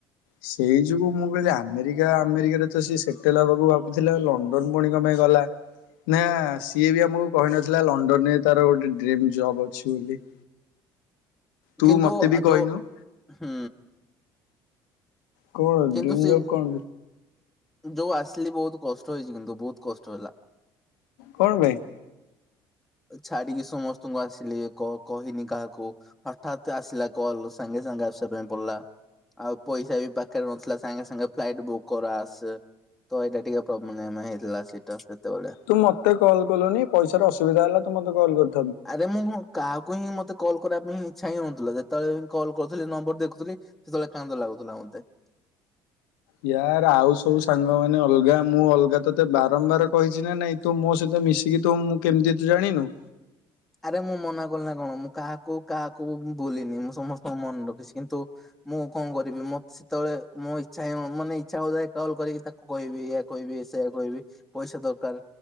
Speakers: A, on the left; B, in the centre.
A: ସେଇ ଯୋଗୁ ମୁଁ କହିଲି ଆମେରିକା ଆମେରିକାରେ ତ ସିଏ ସେଟେଲ ହବାକୁ ଭାବିଥିଲା ଲ ସୋନୁ ପୁଣି କଣପାଇଁ ଗଲା। ନା ସିଏ ବି ଆମକୁ କହିନଥିଲା ଲଣ୍ଡନ ରେ ତାର ଗୋଟେ ଡ୍ରିମ୍ ଜବ୍ ଅଛି ବୋଲି। ତୁ
B: କିନ୍ତୁ
A: ମତେ ବି କହିନୁ।
B: ଯୋଉ ହୁଁ।
A: କଣ
B: କିନ୍ତୁ
A: ଡ୍ରିମ୍
B: ସେ
A: ଜବ୍ କଣ
B: ଯୋଉ ଆସିଲି ବହୁତ କଷ୍ଟ ହେଇଛି କିନ୍ତୁ ବହୁତ କଷ୍ଟ ହେଲା।
A: କଣ ପାଇଁ?
B: ଛାଡିକି ସମସ୍ତଙ୍କୁ ଆସିଲି କ କହିନି କାହାକୁ। ହଠାତ୍ ଆସିଲା କଲ ସାଙ୍ଗେ ସାଙ୍ଗେ ଆସିବା ପାଇଁ ପଡିଲା। ଆଉ ପଇସା ବି ପାଖରେ ନଥିଲା ସାଙ୍ଗେ ସାଙ୍ଗେ ଫ୍ଲାଇଟ୍ ବୁକ୍ କର ଆସେ ତ ଏଇଟା ଟିକେ ପ୍ରୋବ ନେମ ହେଇଥିଲା ସେଇଟା ସେତେବେଳେ।
A: ତୁ ମତେ କଲ କଲୁନି ପଇସା ର ଅସୁବିଧା ହେଲା ମତେ କଲ କରିଥା
B: ଆରେ ମୁଁ ହଁ କାହାକୁ ହିଁ ମତେ କଲ୍ କରିବା ପାଇଁ ଇଚ୍ଛା ହେଇନଥିଲା ଯେତେବେଳେ ବି କଲ୍ କରୁଥିଲି ନମ୍ବର ଦେଖୁଥିଲି ସେତେବେଳେ କାନ୍ଦ ଲାଗୁଥିଲା ମୋତେ।
A: ୟାର ଆଉ ସବୁ ସାଙ୍ଗ ମାନେ ଅଲଗା ମୁଁ ଅଲଗା ତୋତେ ବାରମ୍ବାର କହିଛି ନା ନାଇଁ ତୁ ମୋ ସହିତ ମିଶିକି ତ ମୁଁ କେମିତି ଜାଣିନୁ।
B: ଆରେ ମୁଁ ମନା କଲି ନା କଣ ମୁଁ କାହାକୁ କାହାକୁ ଭୁଲିନି ମୁଁ ସମସ୍ତଙ୍କ ମନେ ରଖିଛି କିନ୍ତୁ? ମୁଁ କଣ କରିବି ମ ସେତେବେଳେ ମୋ ଇଚ୍ଛା ହିଁ ମାନେ ଇଛା ହଉଥାଏ କଲ୍ କରିକି ତାକୁ କହିବି ଏୟା କହିବି ସେୟା କହିବି। ପଇସା ଦରକାର